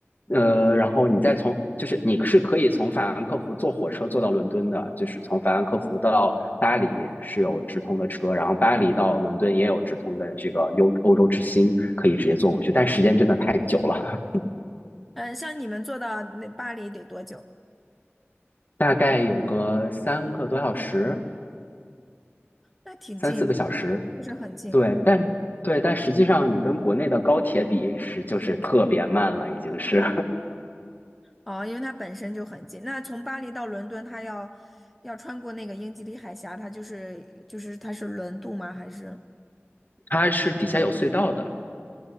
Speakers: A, on the left (about 40°); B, in the centre.
A: 呃，然后你再从，就是你是可以从法兰克福坐火车坐到伦敦的，就是从法兰克福到巴黎是有直通的车，然后巴黎到伦敦也有直通的这个欧欧洲之星，可以直接坐过去，但时间真的太久了，
B: 嗯，像你们坐到那巴黎得多久？
A: <laughs> 大概有个三个多小时，
B: 那挺近，
A: 三四个小时，
B: 就是很近
A: 对，但对，但实际上你跟国内的高铁比是就是特别慢了，已经是，
B: 哦，因为它本身就很近。那从巴黎到伦敦，它要要穿过那个英吉利海峡，它就是就是它是轮渡吗？还是？
A: <laughs> 它是底下有隧道的。